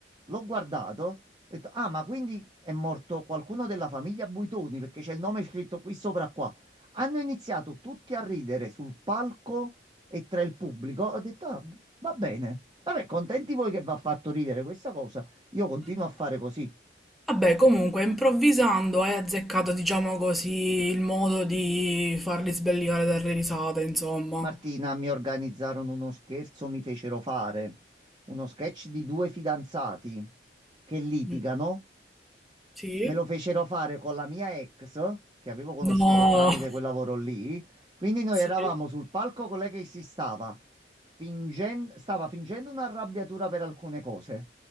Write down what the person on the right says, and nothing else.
l'ho guardato, ho detto: Ah, ma quindi è morto qualcuno della famiglia Buitoni perché c'è il nome scritto qui sopra qua. Hanno iniziato tutti a ridere sul palco e tra il pubblico. Ho detto: Ah, Va bene. Vabbè, contenti voi che vi ha fatto ridere questa cosa. Io continuo a fare così.
Martina, mi organizzarono uno scherzo, mi fecero fare uno sketch di due fidanzati che litigano.
Me lo fecero fare con la mia ex, che avevo conosciuto
tramite
quel lavoro lì. Quindi noi eravamo
sul palco con lei che si stava fingen- stava fingendo un'arrabbiatura per alcune cose.